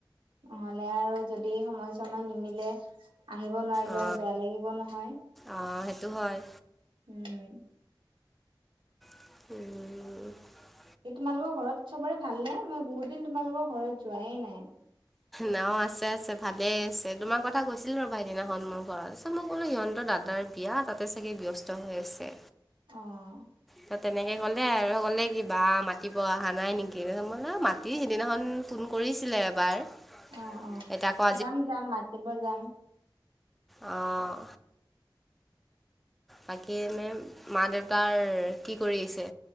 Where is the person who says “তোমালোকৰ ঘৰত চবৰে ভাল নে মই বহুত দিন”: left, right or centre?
Right